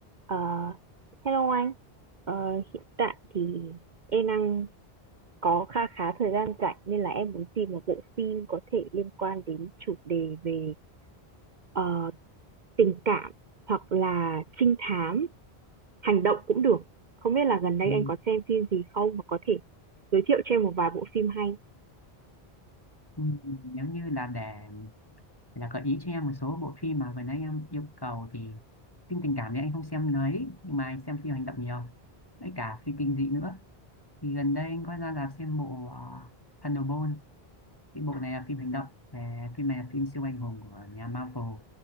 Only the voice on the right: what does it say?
Ờ, hello anh. Ờ, hiện tại thì em đang có kha khá thời gian rảnh nên là em muốn tìm một bộ phim có thể liên quan đến chủ đề về ờ, tình cảm hoặc là trinh thám, hành động cũng được. Không biết là gần đây
anh có xem phim gì không và có thể giới thiệu cho em một vài bộ phim hay.